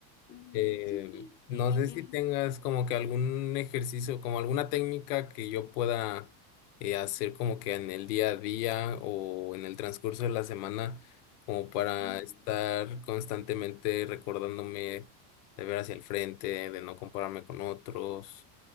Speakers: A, on the left; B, on the left.
A: Ujú,
B: eh,
A: Sí, sí,
B: no
A: y,
B: sé
A: y tienes,
B: si tengas como que algún ejercicio, como alguna técnica que yo pueda eh, hacer como que en el día a día o en el transcurso de la semana, como para
A: ujú,
B: estar constantemente recordándome de ver hacia el frente, de no compararme con otros.